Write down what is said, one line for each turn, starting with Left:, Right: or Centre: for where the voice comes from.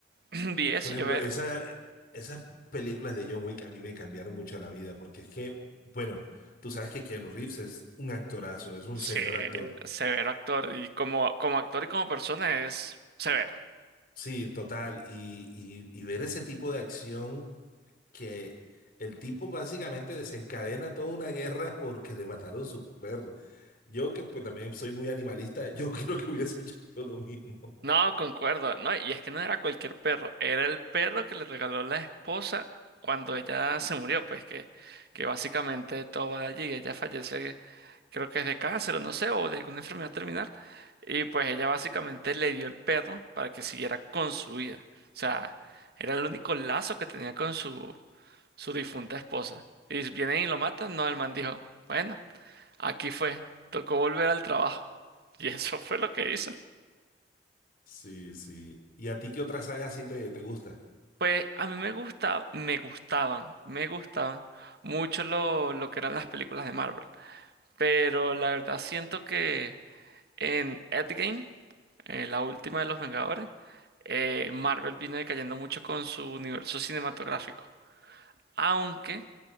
Right: <clears throat> Vi eso
Left: Por ejemplo,
Right: y yo ver.
Left: esa, esas películas de John Wick a mí me cambiaron mucho la vida, porque es que, bueno, tú sabes que Keanu Reeves es un actorazo, es un
Right: Sí,
Left: señor actor.
Right: severo actor. Y como, como actor y como persona es severo.
Left: Sí, total. Y, y, y ver ese tipo de acción que el tipo básicamente desencadena toda una guerra porque le mataron su perro. Yo que pues también soy muy animalista, yo <laughs> creo que hubiese hecho <laughs> lo mismo.
Right: No, concuerdo. No, y es que no era cualquier perro, era el perro que le regaló la esposa cuando ella se murió, pues que, que básicamente todo va de allí, ella fallece creo que es de cáncer o no sé, o de alguna enfermedad terminal. Y pues ella básicamente le dio el perro para que siguiera con su vida. O sea, era el único lazo que tenía con su, su difunta esposa. Y si vienen y lo matan, no, el man dijo, bueno, aquí fue, tocó volver al trabajo. Y eso <laughs> fue lo que hizo.
Left: Sí, sí. ¿Y a ti qué otra saga sí te, te gusta?
Right: Pues a mí me gusta, me gustaban, me gustaban mucho lo, lo que eran las películas de Marvel. Pero la verdad siento que En Endgame, eh, la última de los Vengadores, eh, Marvel vino decayendo mucho con su universo cinematográfico. Aunque